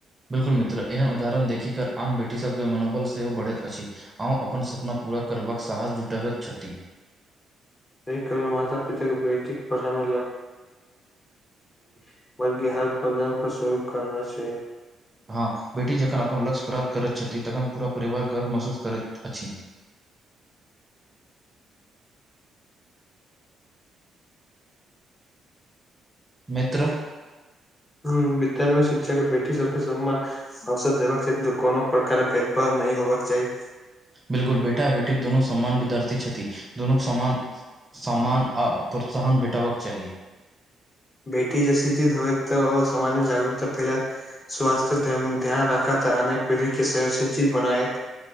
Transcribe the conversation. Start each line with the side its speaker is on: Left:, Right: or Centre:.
Right: बिल्कुल मित्र एहन उदाहरण देखिक कर आन बेटीसभके मनोबल सेहो बढ़ैत अछि अहूँ अपन सपना पूरा करबाक साहस जुटबैत छथि
Left: एहि कारन माता पिता के बेटीक पढ़ाबअ <unintelligible> बल्कि हर प्रदानपर सहयोग करबाक चाहि
Right: हँ बेटी जखन अपन लक्ष्य प्राप्त करैत छथि तखन पूरा परिवार गर्व महसूस करैत अछि मित्र
Left: हुं विद्यालय मे शिक्षक बेटी सबके सम्मान अवसर देबाक चाही कोनो प्रकार भेदभाव नै होबक चाही
Right: बिलकुल बेटा आ बेटीक दोनू समान विद्यार्थी छथिन दुनू सम्मान सम्मान आ प्रोत्साहन भेटबक चाही
Left: बेटी जैस चीज होयत तऽ ओ समाजमे जागरूकता फैलात स्वास्थ्य्यक ध्यान राखत आ अ्य पीढ़ी के सय शिक्षित बनायत